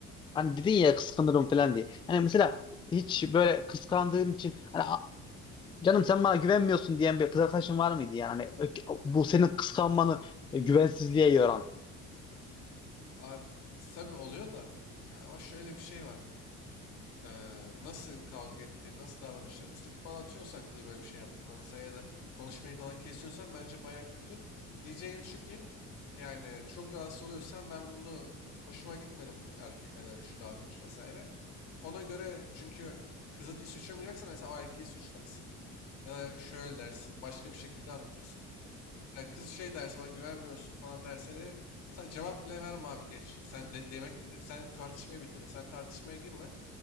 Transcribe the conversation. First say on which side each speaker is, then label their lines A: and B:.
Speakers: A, on the left; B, on the left.
A: hani dedin ya kıskanırım falan diye. Hani mesela hiç böyle kıskandığın için hani "A- canım sen bana güvenmiyorsun diyen bir kız arkadaşın var mıydı yani? Hani ö- bu senin kıskanmanı e, güvensizliğe yoran.
B: Abi tabii oluyor da ya ama şöyle bir şey var yani. Eee, nasıl kavga ettiğini, nasıl davranışlarını trip falan atıyorsan kız böyle bir şey yaptığında mesela ya da konuşmayı falan kesiyorsan bence baya kötü. Diyeceğin şu ki yani çok rahatsız oluyorsan ben bunu hoşuma gitmedi bu erkek ya da şu davranış vesaire. Ona göre çünkü kızı diye suçlamayacaksan mesela o erkeği suçlarsın. Ya da şöyle dersin başka bir şekilde anlatırsın. Yani kız şey derse bana güvenmiyorsun falan derse de ta- cevap bile verme abi geç. Sen de demek dedi sen tartışmayı bitirdin. Sen tartışmaya girme